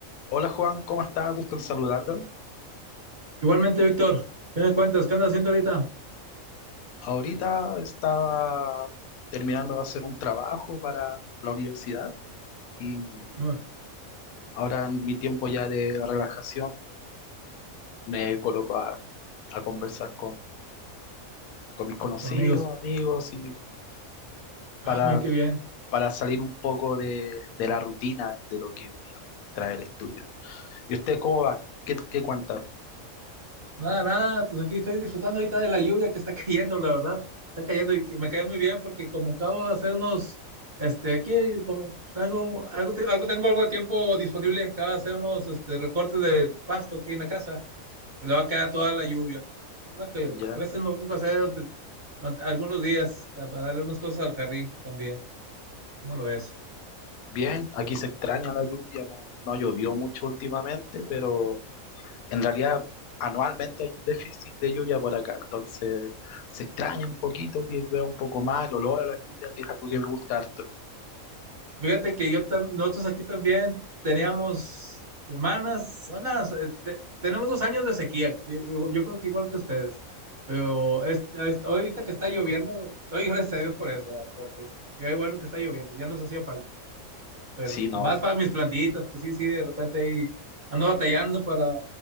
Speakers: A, on the left; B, on the right.
A: Hola Juan, ¿cómo estás? Gusto en saludarlo.
B: Igualmente, Víctor, ¿qué me cuentas? ¿Qué andas haciendo ahorita?
A: Ahorita estaba terminando de hacer un trabajo para la universidad y
B: Uy,
A: ahora en mi tiempo ya de relajación me coloco a, a conversar con, con mis conocidos,
B: con amigos.
A: amigos y
B: Ah,
A: para,
B: mira qué bien.
A: para salir un poco de, de la rutina de lo que me trae el estudio. ¿Y usted cómo va? ¿Qué, qué cuenta?
B: Nada, nada, pues aquí estoy disfrutando ahorita de la lluvia que está <laughs> cayendo, la verdad. Está cayendo y que me cae muy bien porque como acabo de hacer unos, este, aquí como pues, tengo algo, te- algo tengo algo de tiempo disponible, acabo de hacer unos este, recortes del pasto aquí en la casa. Me le va a quedar toda la lluvia. Es lo que
A: ¿Ya?
B: a veces me pongo a hacer ante- ante- algunos días para darle unas cosas al carril también. ¿Cómo lo ves?
A: Bien, aquí
B: Pero
A: se extraña la lluvia, no, no llovió mucho últimamente, pero... En realidad, anualmente hay un déficit de lluvia por acá, entonces se extraña un poquito que llueva un poco más, el olor a la lluvia, que es algo que me gusta harto.
B: Fíjate que yo tam- nosotros aquí también teníamos semanas, semanas, eh, te- tenemos dos años de sequía. y- y- Yo, creo que igual que ustedes. Pero es- es- ahorita que está lloviendo, doy gracias a Dios por eso, ah, porque es- qué bueno que está lloviendo, ya nos hacía falta. Pero
A: Sí, no,
B: y más para mis plantitas, porque sí, sí, de repente ahí ando batallando para